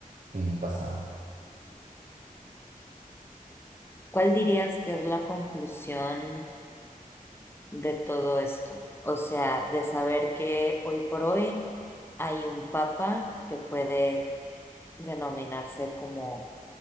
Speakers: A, on the right; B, on the left.
A: en un pasado.
B: ¿Cuál dirías que es la conclusión? de todo esto. O sea, de saber que hoy por hoy hay un papa que puede denominarse como